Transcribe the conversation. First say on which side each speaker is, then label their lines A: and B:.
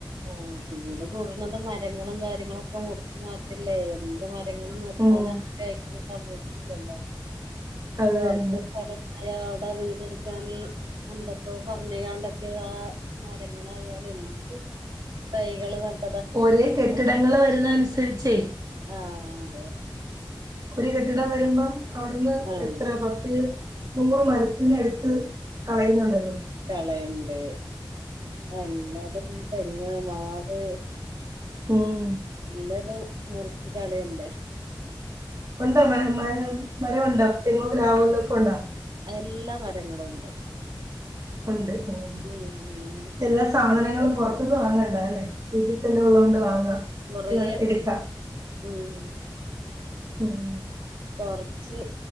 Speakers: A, on the right; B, on the right.
A: ഓ ചൂട് കൂടുന്നൊണ്ട് മരങ്ങളും കാര്യങ്ങളൊക്കെ മുറിച്ച് മാറ്റല്ലേ ഇത് മരങ്ങള് നിർത്താൻ
B: ഉം
A: ആ കഴിക്ക സമ്മയ്ക്ന്നില്ലല്ലോ
B: അത്
A: കൊറച്ച്
B: തന്നെ
A: സ്ഥല അയാ ടൊ വീട് എട്ക്കാന് എന്തൊക്കോ കൊർഞ്കാണ്ടൊക്കെ ആ മരങ്ങളായാലെ എന്ത് തൈകള് ത
B: ഓര് കെട്ടിടങ്ങള് വരന്ന അനുസരിച്ചേ
A: ആഹ് അതെ
B: ഒരു കെട്ടിടം വരുമ്പം അവിടുന്ന്
A: ആഹ്
B: എത്രയ പത്ത് നൂറ് മരത്തിന്റെ അടുത്ത് കളയുന്നുണ്ടല്ലോ
A: കളയ്ണ്ട് എല്ലതും തെങ്ങ് മാവ്
B: ഉം
A: ഇല്ലത് മുറിച്ച് കളിയല്ലേ
B: ഉണ്ടോ മ മര മരമുണ്ട തേങ്ങോ പ്ലാവോ തൊക്കൊ ഉണ്ടൊ
A: അല്ലാ മരങ്ങളും ഉണ്ട്
B: ഉണ്ട് ഓഹ്
A: ഉം
B: എല്ലാ സാധനങ്ങളും പുറത്തുന്ന് വാങ്ങണ്ടലെ വീട്ടി തന്നെ ഉള്ളോണ്ട് വാങ്ങാ
A: കൊറേ
B: അല്ല എട്ക്കാ
A: ഉം
B: ഉം
A: കൊറ്ച്ച്